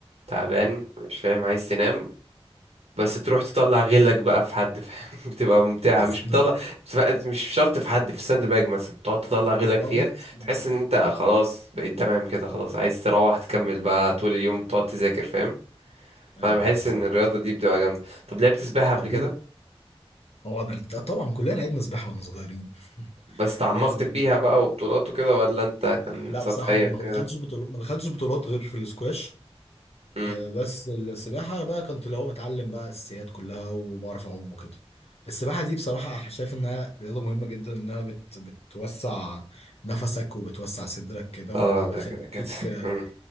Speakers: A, on the right; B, on the left.
A: تعبان مش فاهم عايز تنام بس تروح تطلع غلك بقى في حد فاهم؟ <laughs> بتبقى ممتعة
B: <laughs>
A: مش بتطلع بتبقى- مش شرط في حد في الساند باج مثلا تقعد تطلع غلك
B: اه
A: فيها
B: اه، في الصندل.
A: تحس ان انت خلاص بقيت تمام كده خلاص عايز تروح تكمل بقى طول اليوم تقعد تذاكر فاهم
B: ايوه
A: فانا بحس
B: بالظبط
A: ان الرياضة دي بتبقى جامدة طب لعبت سباحة قبل
B: طب
A: كده
B: وإن- هو انا طبعا كلنا لعبنا سباحه واحنا صغيرين <laughs>
A: بس تعمقت
B: لازم
A: فيها
B: يعني
A: بقى وبطولات وكده ولا انت
B: آه
A: كان
B: لا
A: سطحية
B: بصراحه ما
A: كده
B: دخلتش بطولات ما دخلتش بطولات غير في الاسكواش
A: مم.
B: آه بس السباحه بقى كنت اللي هو متعلم بقى الاساسيات كلها وبعرف اعوم وكده السباحه دي بصراحه شايف انها رياضه مهمه جدا انها بت بتوسع نفسك وبتوسع صدرك كده
A: اه
B: وبتخليك
A: ده كده كده <laughs> مم.